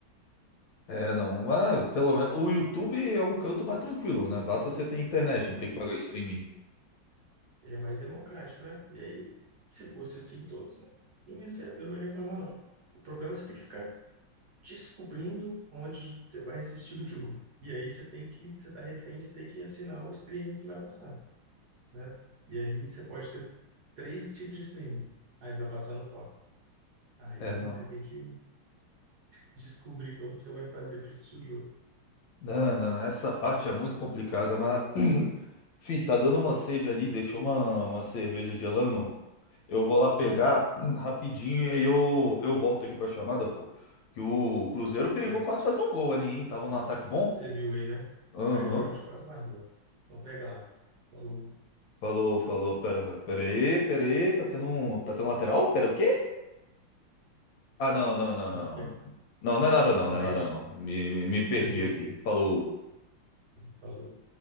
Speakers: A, on the left (about 70°); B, on the right (about 60°).
A: É, não, mas pelo menos o YouTube é um canto mais tranquilo, né? Basta você ter internet, não tem que pagar streaming.
B: Ele é mais democrático, né? E aí, se fosse assim todos, não ia ser- eu não ia reclamar, não. O problema é você ter que ficar descobrindo onde você vai assistir o jogo. E aí você tem que, você tá refém de ter que assinar o streaming que vai passar, né? E aí você pode ter três tipos de streaming. Aí vai passar no Aí
A: É, não.
B: você tem que descobrir como que você vai fazer para esse tijolo.
A: Não, não, não, essa parte é muito complicada, mas. <clears throat> Fih, tá dando uma sede ali, deixou uma, uma cerveja gelando. Eu vou lá pegar
B: Uhum.
A: <clears throat> rapidinho e aí eu, eu volto aqui pra chamada, pô. Que o Cruzeiro perigou
B: Aí,
A: quase fazer um gol ali, hein? Tava num ataque bom.
B: você viu aí, né?
A: Aham.
B: Caio Jorge quase guardou. Então pega lá. Falou.
A: Falou, falou. Pera, pera aí, pera aí. Tá tendo um. Tá tendo um lateral? Pera, o quê? Ah, não, não, não,
B: Não,
A: não.
B: que
A: Não, não é nada,
B: agora
A: não, não é nada,
B: é.
A: não. Me, me, me perdi
B: <laughs>
A: aqui. Falou.
B: Falou.